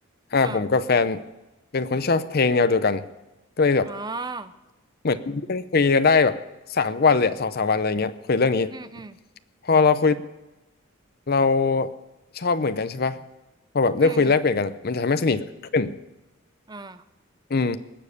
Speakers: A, on the left (about 45°); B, on the right (about 20°).
A: อ่าผมกับแฟน
B: อ่า
A: เป็นคนที่ชอบเพลงแนวเดียวกันก็เลยแบบ
B: อ่า
A: เหมือนนั่งคุยกันได้แบบสามวันเลยอะสองสามวันอะไรเงี้ยคุยเรื่องนี้
B: อืมอืม
A: พอเราคุยเราชอบเหมือนกันใช่ปะพอแบบได้คุยแลกเปลี่ยนกันมันจะทำให้สนิทกันขึ้น
B: อืมอืมอ่า
A: อืม